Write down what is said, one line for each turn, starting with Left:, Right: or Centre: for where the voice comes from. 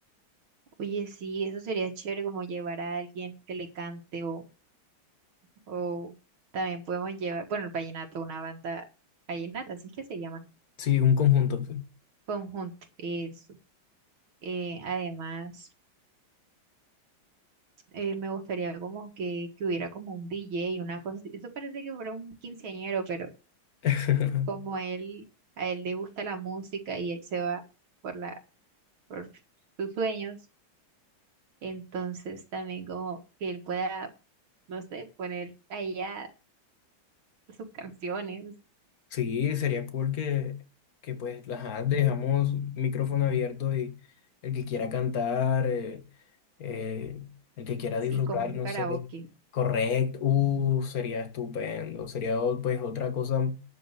Right: Oye, sí, eso sería chévere como llevar a alguien que le cante o, o también podemos llevar, bueno, el vallenato, una banda vallenata, así es que se llaman,
Left: Sí, un conjunto. sí.
Right: conjunto, eso. Eh, además, eh, me gustaría como que, que hubiera como un DJ y una cosa así. Eso parece que fuera un quinceañero, pero
Left: <laughs>
Right: como él, a él le gusta la música y él se va por la por sus sueños. Entonces también como que él pueda, no sé, poner allá sus canciones,
Left: Sí, sería cool que, que pues ajá, dejamos micrófono abierto y el que quiera cantar, eh, eh, el que quiera
Right: sí,
Left: disfrutar,
Right: como un
Left: no
Right: karaoke.
Left: sé, correcto, uh, sería estupendo, sería o- pues otra cosa